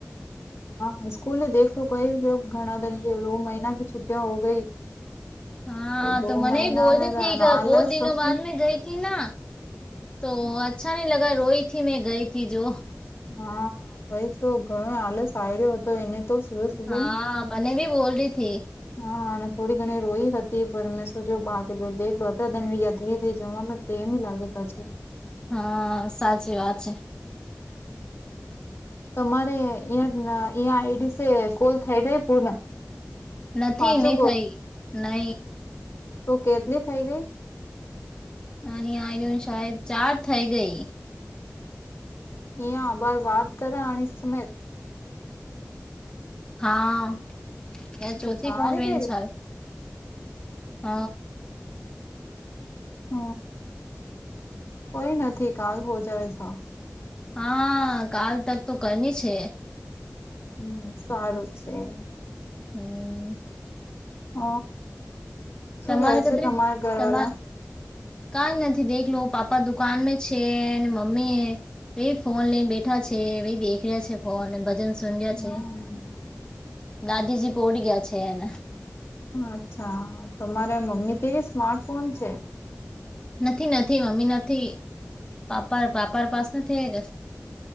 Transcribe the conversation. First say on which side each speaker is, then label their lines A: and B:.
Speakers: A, on the left; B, on the left.
A: હ સ્કૂલે દેખલો કોઈ ઘણા દંગે દ મહિના ક છુટ્ટિ હો ગઈ
B: હા
A: દો
B: તો મને
A: મહિના
B: બોલ
A: મે
B: હતીથી
A: આલસ
B: બો દિનો બાદ મે ગઈ તી ના તો અચ્છા ની લગા રોઈ થી મેં ગઈથી જો
A: હા ભાઈ તો ઘણો આલસ આવ્યો હતો એને તો સુબે સુબે
B: હા મને ભી બોલ રી થી
A: હ અને થોડી ઘણી રોઈ હતી પણ મેં સોજો બાકી <unintelligible> ધીરે ધીરે જમવા તેમે લાગે કજ
B: હ સાચી વાત છે.
A: તમારે અં અં આઈડીસે કોલ થય ગય પૂર્ણ
B: નથી
A: પાંચો
B: ની થઈ નય
A: ઓકે એટલી થઈ ગ
B: અને આ સાયદ ચાર થઇ ગઈ
A: ઈયા આભાર વાત કરા આણે સમેટ
B: હા એયા ચોથી
A: તો ચારી
B: પોચવેની
A: થઈ ગઈ
B: છે, હ
A: હ. કોઈ નથી કાલ હો જાવે છ
B: હા કાલ તક તો કરની છે.
A: હમ સારુ છે.
B: હમ્મ
A: હ શું
B: તમારે
A: કરે છે,
B: કતરી
A: તમારા ઘર
B: તમા
A: વાલા
B: કઈ નથી દેખલો પાપા દુકાનમાં છે, મમ્મી ભ ફોન લઈને બેઠા છે ભાઈ દેખ છે ફ અને ભજન સ્યા
A: હમ
B: છે દાદીજી પોડી ગયા છે, એને
A: અચ્છા તમારે મમ્મી થી સ્માર્ટ ફોન છે.
B: નથી નથી મમ્મી નથી પાપા પાપા પાસ નથી ગસ